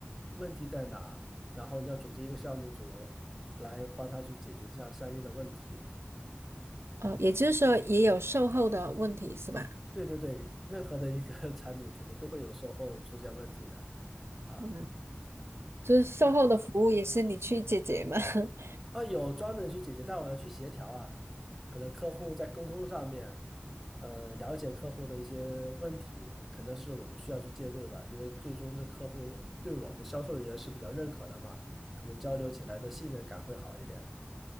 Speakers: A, in the centre; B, on the right (about 75°).
A: 问题在哪，然后你要组织一个项目组来帮他去解决这样相应的问题。
B: 哦，也就是说也有售后的问题是吧？
A: 对对对，任何的一个 <laughs> 产品肯定都会有售后出现问题的啊。
B: 嗯，就是售后的服务也是你去解决嘛。
A: 对。
B: <laughs>
A: 啊，有专门去解决，但我要去协调啊，可能客户在沟通上面，呃，了解客户的一些问题，可能是我们需要去介入的，因为最终这客户对我们销售人员是比较认可的嘛，可能交流起来的信任感会好一点。